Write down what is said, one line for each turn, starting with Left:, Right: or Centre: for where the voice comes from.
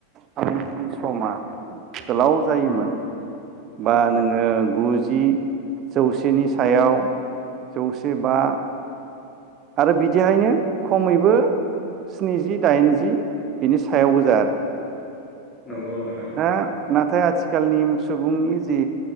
Right: <unintelligible> समा गोलाव जायोमोन।
Left: उम
Right: बा
Left: उम
Right: नोङो गुजि जौसेनि सायाव जौसे बा आरो बिदिहायनो खमैबो स्निजि दाइनजि बिनि सायावबो गोजा आरो
Left: नंगौ नोंथां
Right: हा नाथाय आ थिखालनि सुबुंनि जि